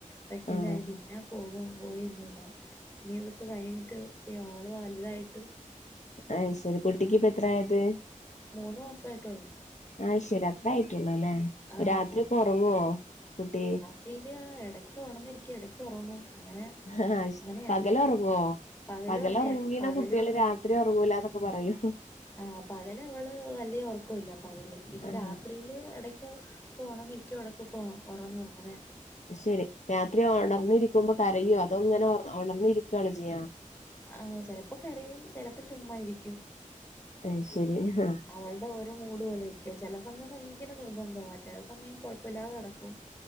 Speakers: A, on the left (about 15°); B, on the left (about 60°).
A: പ്രഗ്നന്റ്
B: ആഹ്
A: ആയി പിന്ന പോകും പോയിര്ന്നില്ല നി ഇതൊക്കെ കഴിഞ്ഞിട്ട് ആൾ വലുതായിട്ട്
B: അയ്ശരി കുട്ടിക്ക് ഇപ്പ എത്രയത്
A: മൂന്ന് മാസായിട്ടുള്ളൂ
B: ആ്ശരി അത്ര ആയിട്ടുള്ളു അല്ലേ
A: ആഹ്
B: രാത്രിഒക്കെ ഒറങ്ങോ കുട്ടി
A: <unintelligible> ആഹ് എടയ്ക്ക് ഒണന്ന് ഇരിക്കും. എടയ്ക്ക് ഒറങ്ങും. അങ്ങനെ
B: ആഹ്
A: അങ്ങനെയാ
B: പകല് ഒറങ്ങോ
A: പകലും
B: പകലൊറങ്ങീണ
A: അങ്ങനെയാ പകലും
B: കുട്ട്യാള് രാത്രി പോവൂലാന്നൊക്കെ പറയോ
A: ആ പകല് അവള് വല്യ ഉറക്കൂല്ല പകല് പിന്നെ
B: ആഹ്
A: രാത്രി അതിൽ ഇടയ്ക്ക് പോണം നിൽക്കും ഇടയ്ക്ക് പോണം ഉറങ്ങു അങ്ങനെ
B: ശെരി. രാത്രി ഒണർന്നിരിക്കുമ്പ കരയൊ? അതൊ ങ്ങനെ ഒർ ഒണർന്നിരിക്കാണൊ ചെയ്യാ?
A: ആഹ്. ചെലപ്പൊ കരയും. ചെലപ്പം ചുമ്മാഇരിക്കും.
B: അയ്ശരി ആഹ്
A: അവളുടെ ഓരോ മൂഡ് പോലെ ഇരിക്കും ചില സമയം ഭ ൻക്യന്നെ നിർബന്ധവാ. ചെല സമയം കൊഴപ്പല്ലാതെ നടക്കും